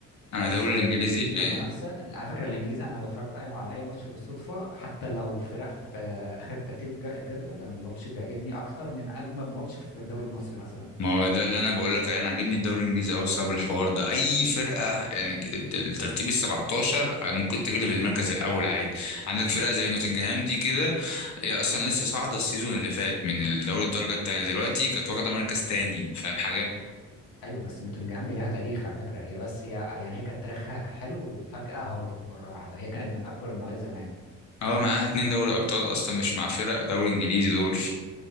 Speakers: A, on the left; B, on the left.
A: انا
B: بس
A: الدوري
B: الانجليزي
A: الانجليزي
B: كمنافسه
A: ب...
B: على فكره الانجليزي انا لو اتفرجت أي- على اي ماتش بالصدفه حتى لو فرق في اخر ترتيب الج- الجدول انا الماتش بيعجبني اكتر من اجمد ماتش في الدوري المصري مثلا
A: ما هو ده اللي انا بقول لك عليه انا عاجبني الدوري الانجليزي قوي بسبب الحوار ده اي فرقه يعني الترتيب ال 17 ممكن تغلب المركز الاول عادي عندك فرقه زي نوتنجهام دي كده هي اصلا لسه صاعده السيزون اللي فات من الدوري الدرجه التانيه دلوقتي كانت واخده مركز تاني فاهم حاجه
B: ايوه بس نوتنجهام هي لها تاريخ على فكره هي بس هي يعني هي كانت تاريخها حلو وفجاه هبطت مره واحده هي كانت من اكبر النوادي زمان
A: اه معاها اتنين دوري ابطال اصلا مش مع فرق دوري انجليزي دول